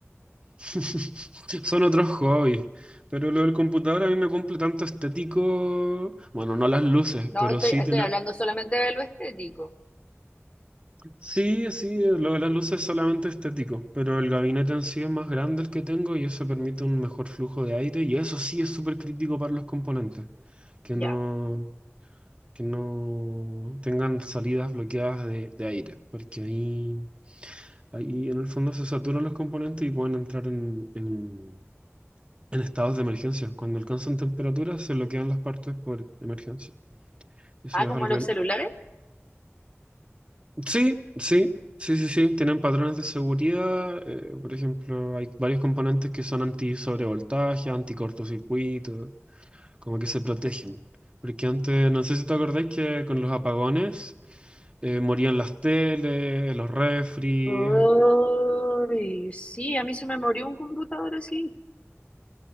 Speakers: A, on the right (about 25°); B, on the left (about 25°).
A: <laughs> Son otros hobbies. Pero lo del computador a mí me cumple tanto estético. Bueno, no las luces,
B: No,
A: pero
B: estoy,
A: sí
B: estoy
A: tener
B: hablando solamente de lo estético.
A: Sí, sí, eh, lo de las luces es solamente estético, pero el gabinete en sí es más grande el que tengo y eso permite un mejor flujo de aire y eso sí es súper crítico para los componentes, que
B: Ya.
A: no, que no tengan salidas bloqueadas de, de aire, porque ahí, ahí en el fondo se saturan los componentes y pueden entrar en, en, en estados de emergencia. Cuando alcanzan temperaturas se bloquean las partes por emergencia. Eso
B: Ah,
A: es
B: como
A: algo
B: los celulares.
A: Sí, sí, sí, sí, sí, tienen patrones de seguridad, eh, por ejemplo, hay varios componentes que son anti-sobrevoltaje, anti-cortocircuito, como que se protegen. Porque antes, no sé si te acordáis que con los apagones eh, morían las teles, los refri,
B: Ay, sí, a mí se me murió un computador así.